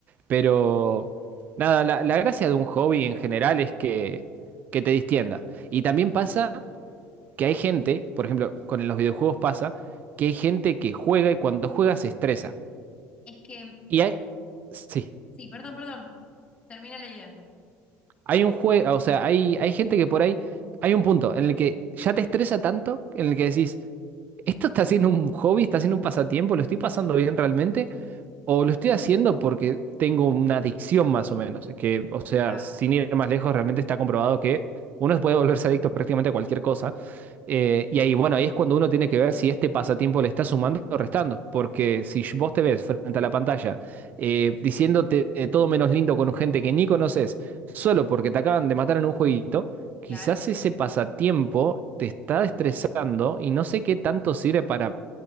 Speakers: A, on the right; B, on the left.
A: Pero nada, la, la gracia de un hobby en general es que, que te distienda. Y también pasa que hay gente, por ejemplo, con los videojuegos pasa, que hay gente que juega y cuando juega se estresa.
B: Es que,
A: Y hay, sí,
B: sí, perdón, perdón, termina la idea.
A: hay un juego, o sea, hay, hay gente que por ahí, hay un punto en el que ya te estresa tanto, en el que decís... ¿Esto está siendo un hobby? ¿Está siendo un pasatiempo? ¿Lo estoy pasando bien realmente? o lo estoy haciendo porque tengo una adicción más o menos, que, o sea,
B: Exacto,
A: sin ir más lejos, realmente está comprobado que uno puede volverse adicto prácticamente a cualquier cosa. Eh, y ahí, bueno, ahí es cuando uno tiene que ver si este pasatiempo le está sumando o restando, porque si vos te ves frente a la pantalla eh, diciéndote de todo menos lindo con gente que ni conoces, solo porque te acaban de matar en un jueguito, quizás
B: claro.
A: ese pasatiempo te está estresando y no sé qué tanto sirve para